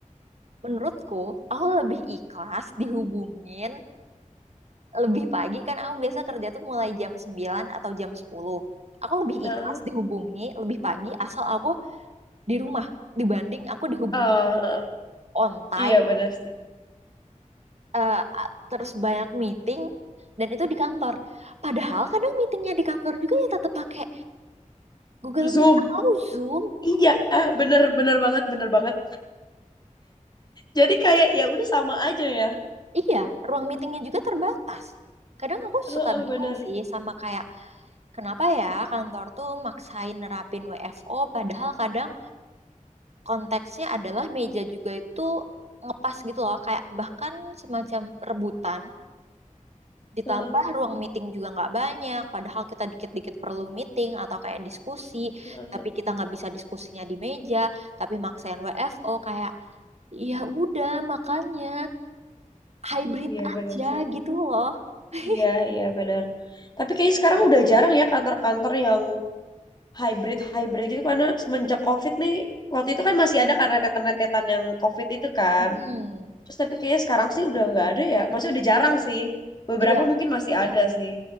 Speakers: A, on the right; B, on the left.
A: menurutku aku lebih ikhlas dihubungin lebih pagi kan aku biasa kerja tuh mulai jam 9 atau jam 10. Aku lebih
B: Heeh.
A: ikhlas dihubungi lebih pagi asal aku di rumah dibanding aku dihubungi
B: Eh,
A: on time
B: iya benar sih.
A: eh, a- terus banyak meeting dan itu di kantor. Padahal kadang meetingnya di kantor juga ya tetap pakai Google
B: Zoom.
A: Meet atau Zoom.
B: Iya, bener bener banget bener banget. Jadi kayak ya udah sama aja ya.
A: Iya, ruang meetingnya juga terbatas. Kadang aku
B: Heeh,
A: suka bingung
B: bener.
A: sih sama kayak Kenapa ya kantor tuh maksain nerapin WFO padahal kadang konteksnya adalah meja juga itu ngepas gitu loh kayak bahkan semacam rebutan ditambah
B: Heeh,
A: ruang meeting juga nggak banyak padahal kita dikit-dikit perlu meeting atau kayak diskusi
B: heeh.
A: tapi kita nggak bisa diskusinya di meja tapi maksain WFO kayak ya udah makanya hybrid
B: Iya
A: aja
B: bener sih.
A: gitu loh <laughs>
B: Iya iya bener. Tapi kayaknya sekarang udah jarang ya kantor-kantor yang hybrid hybrid gitu karena semenjak COVID nih. Waktu itu kan masih ada kan rentetan-rentetan yang COVID itu kan.
A: Hmm,
B: Terus tapi kayaknya sekarang sih udah nggak ada ya. Maksudnya udah jarang sih. Beberapa
A: iya
B: mungkin masih ada sih.